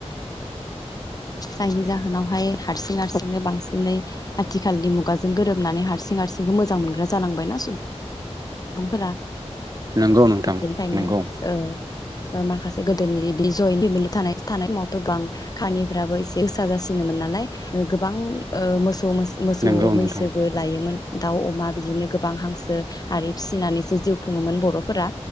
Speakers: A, on the left (about 35°); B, on the right (about 35°).
A: जायनि जा जाहोनावहाय हारसिं हारसिंनो बांसिनै आथिखालनि मुगाजों गोरोबनानै हारसिं हारसिंखौ मोजां मोनग्रा जालांबायना सुबुंफोरा
B: नंगौ नोंथां
A: बेनिखायनो
B: नंगौ
A: ओ माखासे गोदोनि बि जयन् फेमिलि थानाय समावथ' गोबां खानिफ्राबो एसे गोसा जासिनोमोन नालाय गोबां मोसौ मोसौ मोसौ
B: नंगौ नोंथां
A: मैसोबो लायोमोन। दाउ अमा बिदिनो गोबां हांसो आरि फिसिनानैसो जिउ खुङोमोन बर'फोरा